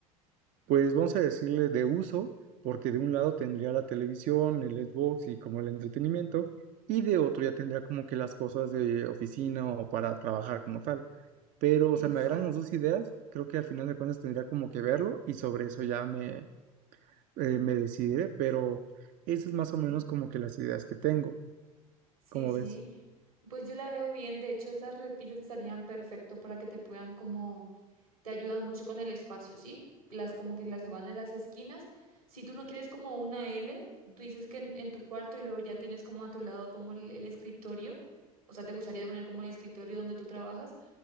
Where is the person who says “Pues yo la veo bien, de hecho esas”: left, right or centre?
Right